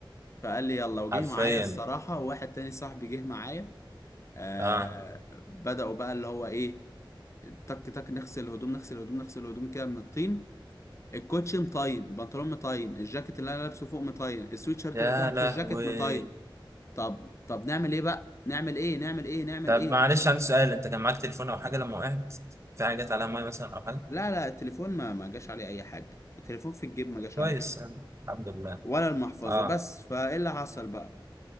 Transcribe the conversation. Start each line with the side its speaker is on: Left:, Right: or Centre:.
Left: فقال لي يلا وجه
Right: حرفيا
Left: معايا الصراحة وواحد تاني صاحبي جه معايا آه
Right: اه
Left: بدأوا بقى اللي هو ايه تك تك نغسل الهدوم نغسل الهدوم نغسل الهدوم كده من الطين الكوتشي مطين البنطلون مطين الجاكيت اللي انا لابسه فوق مطين السويت شيرت
Right: يا
Left: اللي تحت
Right: لهوي
Left: الجاكيت مطين طب طب نعمل ايه بقى نعمل ايه نعمل ايه نعمل
Right: طب
Left: ايه
Right: معلش عندي سؤال انت كان معاك تليفون او حاجه لما وقعت في حاجه جت عليها ميه مثلا او حاجه
Left: لا لا التليفون ما ما جاش عليه اي حاجه التليفون في الجيب ما جاش
Right: كويس
Left: عليه حاجه
Right: يعني الحمد لله
Left: ولا المحفظه
Right: اه
Left: بس فايه اللي حصل بقى